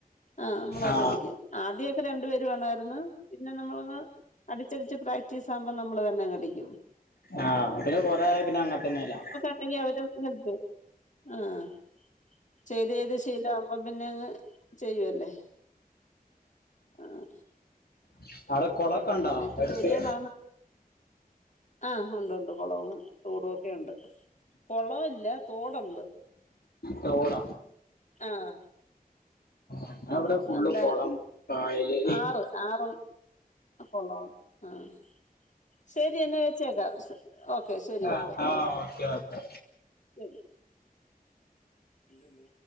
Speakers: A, on the left; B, on the left.
A: ആഹ് നമ്മള് തന്നെ
B: ആ
A: അടിക്ക്. ആദ്യയൊക്കെ രണ്ടു പേര് വേണായിരുന്നു പിന്നെ നമ്മള് അടിച്ചടിച്ച് പ്രാക്ടീസ് ആവുമ്പോ നമ്മൾ തന്നെ അങ്ങ് അടിക്കും
B: ആഹ് പിന്നെ കൊറേ ആയ പിന്നെ അങ്ങ <unintelligible>
A: ഇണ്ടെങ്കിൽ അവനും <unintelligible> ആഹ് ചെയ്ത് ചെയ്ത് ശീലാവുമ്പോ പിന്നെ അങ്ങ് ചെയ്യുവല്ലേ, ആഹ്.
B: <unintelligible>
A: ആഹ്, അങ്ങനെയൊക്കെ
B: ഉണ്ടോ അടുത്ത്
A: ജോലികളാണ്. ആഹ് ഉണ്ട്, ഉണ്ട് കുളവും തോടും ഒക്കെ ഉണ്ട്. കുളം ഇല്ല തോടുണ്ട്.
B: തോടാ
A: ആഹ്.
B: ഞങ്ങളവിടെ
A: ആഹ്
B: ഫുള്ള്
A: നല്ല
B: കൊളം കായല്
A: ആറ്, ആറ് കുളം, ആഹ് ശരി എന്നാ വെച്ചേക്കാം ഓക്കെ ശരി
B: ആഹ്
A: ഓക്കെ
B: ആഹ് ഓക്കെ ഓക്കെ
A: ശരി. ഇല്ല മൂ